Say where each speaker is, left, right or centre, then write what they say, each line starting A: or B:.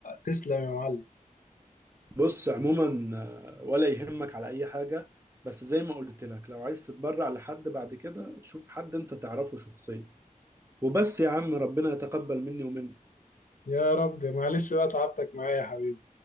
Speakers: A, on the left (about 65°); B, on the right (about 20°).
A: تسلم يا معلم
B: بص عموما آه، ولا يهمك على اي حاجه بس زي ما قلت لك لو عايز تتبرع لحد بعد كده شوف حد انت تعرفه شخصيا وبس يا عم ربنا يتقبل مني ومنك
A: يا رب معلش بقى تعبتك معايا يا حبيبي